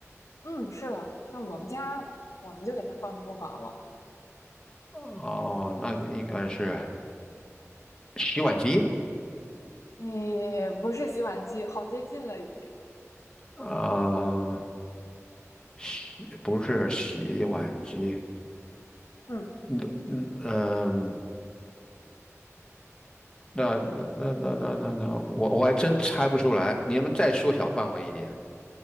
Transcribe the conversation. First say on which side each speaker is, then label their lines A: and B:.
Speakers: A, on the left (about 70°); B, on the left (about 15°).
A: 嗯，是的，像我们家，我们就给它放厨房了。
B: 哦，那应该是洗碗机
A: 诶，不是洗碗机，好接近了已经。
B: 啊，洗不是洗碗机，
A: 嗯，
B: 嗯嗯嗯，那那那那那那那，我我还真猜不出来。你们再缩小范围一点，